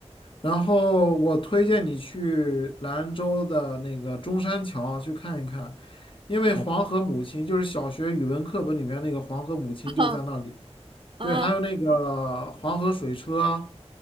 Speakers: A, on the left; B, on the right.
A: 然后我推荐你去兰州的那个中山桥去看一看，因为黄河母亲就是小学语文课本里面那个黄河母亲就在那里。
B: <laughs> 哦哦
A: 对，还有那个黄河水车，